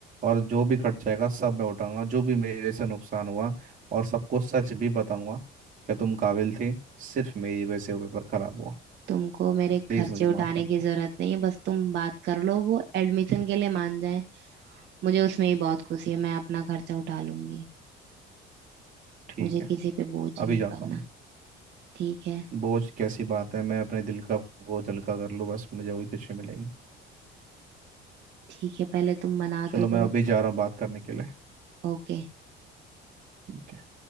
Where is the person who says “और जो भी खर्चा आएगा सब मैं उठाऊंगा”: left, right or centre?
Right